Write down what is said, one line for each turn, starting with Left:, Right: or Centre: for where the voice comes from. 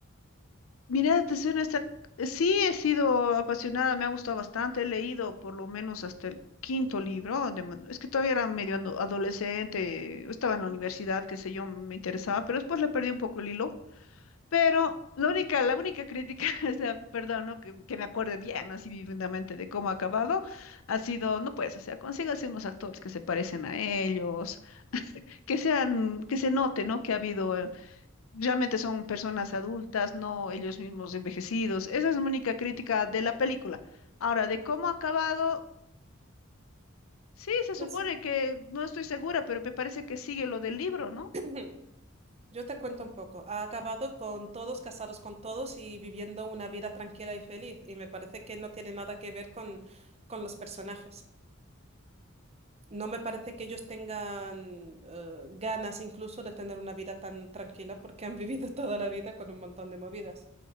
Left: Mira, te soy honesta, sí he sido apasionada, me ha gustado bastante, he leído por lo menos hasta el quinto libro, de man- es que todavía era medio ando- adolescente, estaba
Right: Ujú.
Left: en la universidad, qué sé yo, me interesaba, pero después le perdí un poco el hilo. Pero la única, la única crítica, <laughs> o sea, perdón, ¿no? Que, que me acuerde bien, así vividamente de cómo ha acabado, ha sido, no pues, o sea, consígase unos actores que se parecen a ellos, que sean, que se note, ¿no? Que ha habido, eh, realmente son personas adultas, no ellos mismos envejecidos. Esa es la única crítica de la película. Ahora, de
Right: Sí.
Left: cómo ha acabado, sí, se
Right: Pues
Left: supone que, no estoy segura, pero me parece que sigue lo del libro, ¿no?
Right: <clears throat> yo te cuento un poco. Ha acabado con todos casados con todos y viviendo una vida tranquila y feliz, y me parece que no tiene nada que ver con, con los personajes. No me parece que ellos tengan eh, ganas incluso de tener una vida tan tranquila porque han <laughs> vivido toda la vida con un montón de movidas.